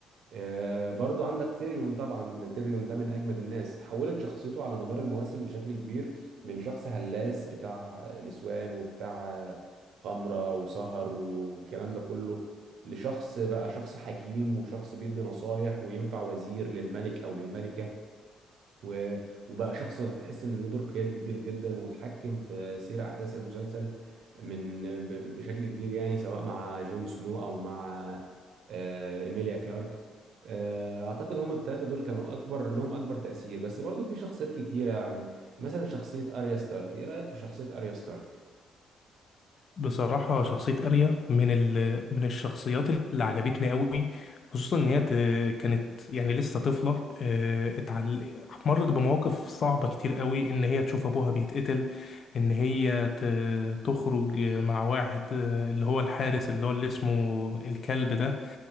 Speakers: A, on the right; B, on the left.
A: آه، برضو عندك تيريون طبعا تيريون ده من اجمد الناس تحولت شخصيته على مدار المواسم بشكل كبير من شخص هلاس بتاع نسوان وبتاع خمرة وسهر والكلام ده كله لشخص بقى شخص حكيم وشخص بيدي نصايح وينفع وزير للملك او للملكة و... وبقى شخص هتحس ان له دور قيادي كبير جدا وتحكم في سير احداث المسلسل من ب... ب- بشكل كبير يعني سواء مع جون سنو او مع آه، ايميليا كلارك آه، اعتقد هم الثلاثه دول كانوا اكبر لهم اكبر تاثير بس برضو في شخصيات كتيره يعني مثلا شخصيه اريا ستارك ايه رايك في شخصيه اريا ستارك
B: بصراحة شخصية أريا من ال... من الشخصيات اللي عجبتني قوي خصوصا إن هي ت... كانت يعني لسه طفلة آه، اتعل... مرت بمواقف صعبة كتير قوي إن هي تشوف أبوها بيتقتل إن هي ت... تخرج مع واحد آه، اللي هو الحارس اللي هو اللي اسمه الكلب ده